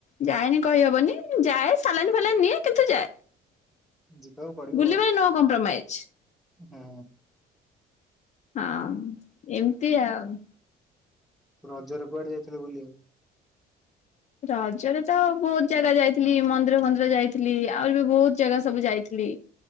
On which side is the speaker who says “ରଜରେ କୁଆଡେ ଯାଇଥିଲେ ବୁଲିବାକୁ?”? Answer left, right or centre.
Centre